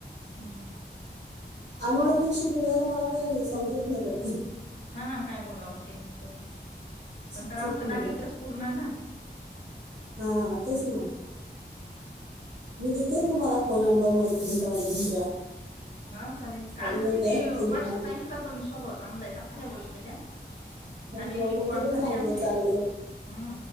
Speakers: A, on the left; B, on the right.
A: हम्म
B: अनोळखींशी बोलायला मला काही समजत नाही पटकन.
A: हा ना काय बोलावं तेच तर.
B: च
A: पण करावं तर लागेलच
B: ना
A: पूर्ण ना
B: हा तेच ना मी देेते तुम्हाला फोन नंबर मैत्रिणीचा. तुम्हाला दुसऱ्या.
A: हा चालेल कालची
B: अजून एक आहे
A: ते वर्षा
B: की हा
A: ताईंचा पण स्वभाव चांगला आहे चांगल बोलल्या. <unintelligible>
B: हो
A: काल
B: म
A: एक एक
B: तुमचं
A: कॉल
B: पण
A: झाले
B: सांगितलं
A: आमचे
B: चांगलं
A: हम्म